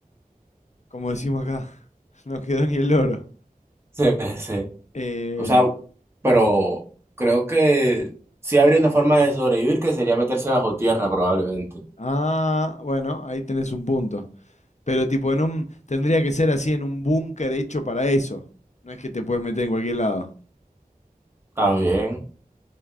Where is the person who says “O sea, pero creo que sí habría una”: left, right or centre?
Right